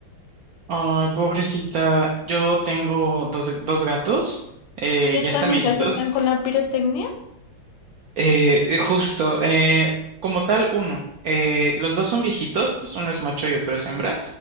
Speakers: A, on the right; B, on the left.
A: Ay, pobrecita, yo tengo dos, dos gatos, eh,
B: ¿Y ellos
A: ya están
B: también
A: viejitos.
B: se asustan con la pirotecnia?
A: Eh, eh, justo, eh, como tal, uno. Eh, los dos son viejitos, uno es macho y otro es hembra.